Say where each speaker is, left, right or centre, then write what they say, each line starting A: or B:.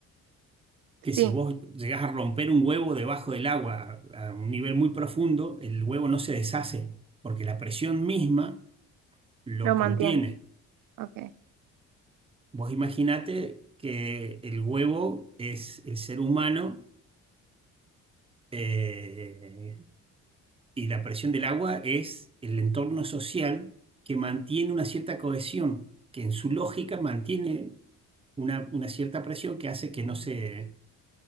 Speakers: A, on the right (about 15°); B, on the right (about 80°).
A: que si
B: Sí,
A: vos llegás a romper un huevo debajo del agua a a un nivel muy profundo, el huevo no se deshace, porque la presión misma lo
B: lo mantiene.
A: contiene.
B: Okay.
A: Vos imaginate que el huevo es el ser humano eh, y la presión del agua es el entorno social que mantiene una cierta cohesión, que en su lógica mantiene una, una cierta presión que hace que no se,